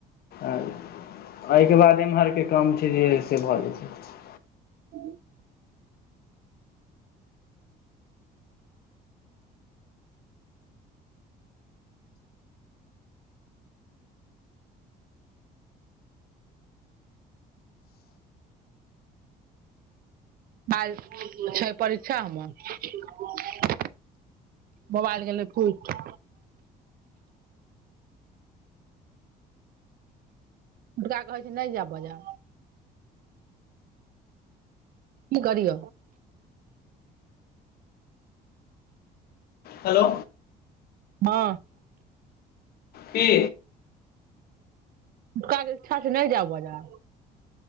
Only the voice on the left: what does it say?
एहिके बाद एम्हरके काम छै जे से भऽ जेतै
हेलो
की